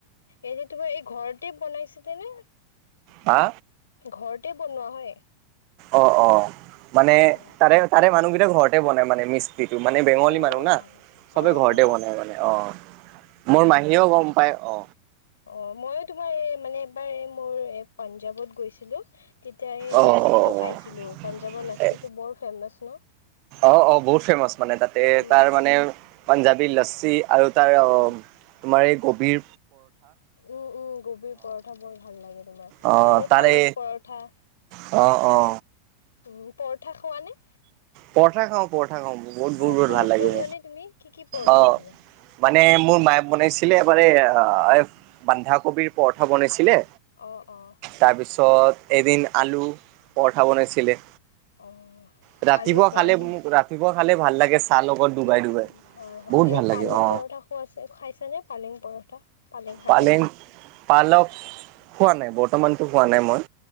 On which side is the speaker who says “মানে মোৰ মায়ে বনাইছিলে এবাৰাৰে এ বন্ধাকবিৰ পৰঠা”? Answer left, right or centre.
Right